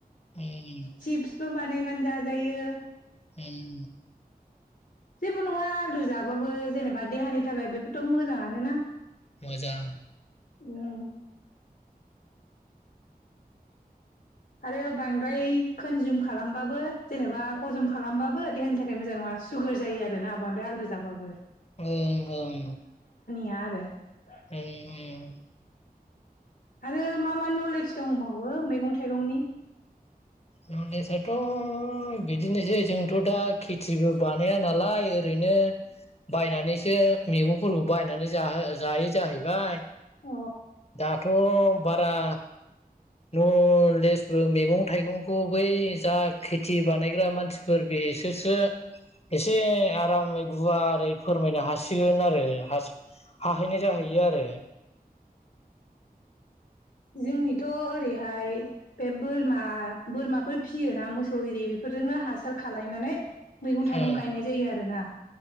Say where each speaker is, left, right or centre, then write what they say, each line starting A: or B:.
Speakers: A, on the left; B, on the left.
A: ओम
B: चिपस बो बानायनानै जाजायो।
A: उम।
B: जेबो नङा आलु जाबाबो जेनेबा देहानि थाखाय बेफोरथ मोजाङानोना।
A: मोजां।
B: उम। आरो बांद्राय कनजुम खालामबाबो जेनेबा हजम खालामबाबो देहानि थाखाय मोजां नङा। सुगार जायो आरो ना बांद्राय आलु जाबा।
A: ओं ओं
B: <unintelligible>
A: ओम
B: आरो मा मा नलेज दंबावो मैगं थाइगंनि
A: नलेजआथ' बिदिनोसै जोंथ' दा खेथिबो बानाया नालाय ओरैनो बायनानैसो मैगंफोरखौ बायनानैसो जाहो जायो जाहैबाय
B: अ
A: दाथ' बारा न' लेसबो मैगं थाइगंखौ बै जा खेथि बानायग्रा मानसिफोर बे बिसोरसो एसे आरामै गुवारै फोरमायनो हासिगोन आरो हास हाहैनाय जाहैयो आरो
B: जोंनिथ' ओरैहाय बे बोरमा बोरमाफोर फियोना मोसौ एरि बेफोर जोंनो हासार खालायनानै मैगं थाइगं
A: ओं
B: गायनाय जायो आरोना